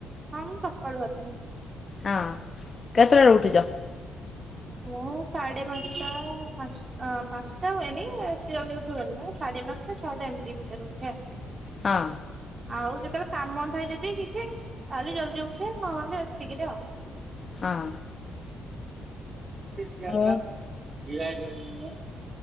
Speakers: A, on the right; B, on the left.
A: ହଁ ମୁଁ ସକାଳୁ ଗାଧାଏ।
B: ହଁ କେତେଟାରେ ଉଠିଚ?
A: ହଁ ସାଢ଼େ ପାଞ୍ଚଟା ପାଞ୍ଚ ଅଁ ପାଞ୍ଚଟା ହୁଏନି ଏତେ ଜଲଦି ଉଠି ହୁଏନି ନା ସାଢେ ପାଞ୍ଚଟା ଛଅଟା ଏମିତି ଭିତରେ ଉଠେ ଆଉ।
B: ହଁ।
A: ଆଉ ଯେତେବେଳେ କାମ ଥାଏ ଯଦି କିଛି ତାହେଲେ ଜଲ୍ଦି ଉଠେ ନହେଲେ ଏତିକିରେ ଆଉ।
B: ହଁ।
A: ଛି ଆଚ୍ଛା
B: ମୁଁ
A: ବି <inaudible>